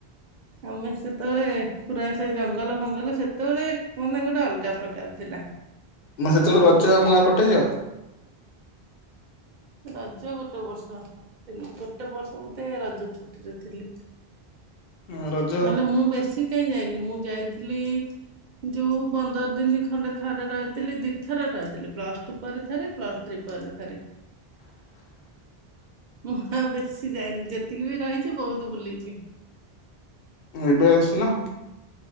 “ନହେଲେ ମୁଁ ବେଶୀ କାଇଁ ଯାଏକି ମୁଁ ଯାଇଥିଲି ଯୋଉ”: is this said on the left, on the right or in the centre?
Right